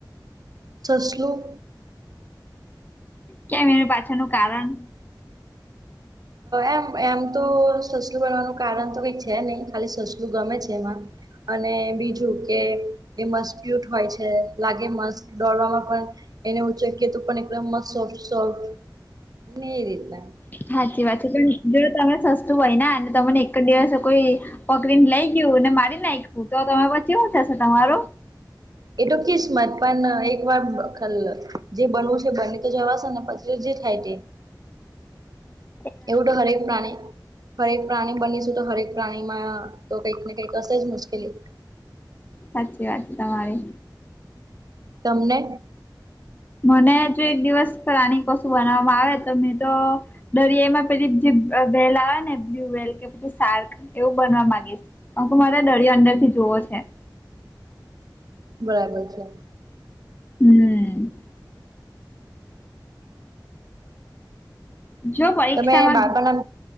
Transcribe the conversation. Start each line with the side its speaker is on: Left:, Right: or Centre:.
Right: સસલું
Left: કેમ એનું પાછળનું કારણ.
Right: એમ એમ તો સસલું બનવાનું કારણ તો કઈક છે નહી ખાલી સસલું ગમે છે એમાં. અને બીજું કે એ મસ્ક્યુટ હોય છે લાગે મસ્ત. દોડવામાં પણ એને ઉચકિયે તો પણ એકમ સોફ સોફ્ટ. ને રેતા
Left: સાચી વાત છે પણ જો તમે સસલું હોય અને તમને એક જ દિવસે કોઈ પકડીને લઈ ગયું ને મારી નાખયું. હું તો તમા પછ કેવું થશે તમારું
Right: એ તો કિસ્મત પણ એક વાર ખ જે બનવું છે બની તો જવાશે ને પછી જે થાય તે
Left: <inaudible> <inaudible>
Right: એવું તો હરેક પ્રાણી હરેક પ્રાણી બનીશું તો હરેક. પ્રાણીમાં તો કંઈક ને કંઈ કસે જ મુશ્કેલી.
Left: સાચી વાત તમારી
Right: તમને
Left: મને જો એક દિવસ પ્રાણી કશુ બનાવવામાં આવે તો મેં તો. દરિયામાં પેલી જે વેલ આવે ને બ્લુ વેલ કે પછી સાર્ક એવું બનવા માંગીશ. કાકિ મારે દરિયા અંદર થી જોવો છે.
Right: બરાબર છે
Left: હમ. જો પરીક્ષામાં
Right: તમે બાળપણના